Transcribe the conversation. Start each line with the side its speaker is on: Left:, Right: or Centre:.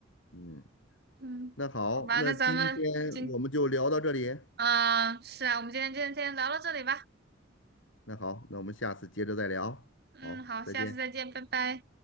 Left: 嗯，
Right: 嗯，
Left: 那好，
Right: 好吧，
Left: 那今天我们就聊到这里。
Right: 那咱们今，啊，是啊，我们今天今天今天聊到这里吧。
Left: 那好，那我们下次接着再聊。
Right: 嗯，
Left: 好，
Right: 好，
Left: 再见。
Right: 下次再见，拜拜。